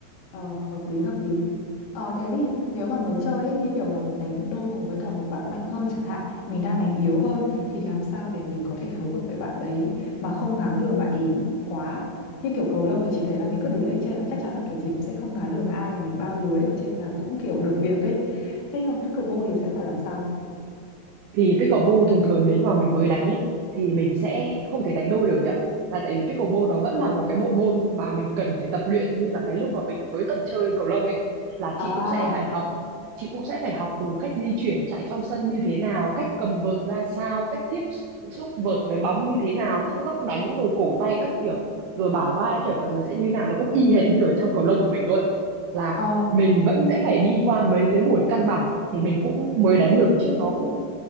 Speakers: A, on the left; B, on the right.
A: Ờ, hợp lý hợp lý ờ, thế thì nếu mà mới chơi ấy, như kiểu là mình đánh đôi cùng với cả một bạn mạnh hơn chẳng hạn mình đang đánh yếu hơn thì làm sao để mình có thể phối hợp với bạn đấy mà không ngáng đường bạn ý quá như kiểu cầu lông thì chị thấy là mình cứ đứng lên trên là chắc chắn là kiểu gì cũng sẽ không ngáng đường ai và mình bao lưới ở trên là cũng kiểu được việc ấy thế nhưng mà pickleball thì sẽ phải làm sao
B: thì pickleball thường thường nếu như mà mình mới đánh ý, thì mình sẽ không thể đánh đôi được nhỉ là tại vì pickleball nó vẫn là một cái bộ môn mà mình cần phải tập luyện như là cái lúc mà mình mới tập chơi cầu lông ấy là
A: à
B: chị cũng sẽ phải học chị cũng sẽ phải học từ cách di chuyển chạy trong sân như thế nào cách cầm vợt ra sao cách tiếp xúc vợt với bóng như thế nào các góc đánh rồi cổ tay các kiểu rồi bả vai kiểu mọi thứ sẽ như nào nó cũng y hệt như ở trong cầu lông của mình luôn là
A: ờ
B: mình vẫn sẽ phải đi qua mấy cái buổi căn bản thì mình cũng mới đánh được chứ nó cũng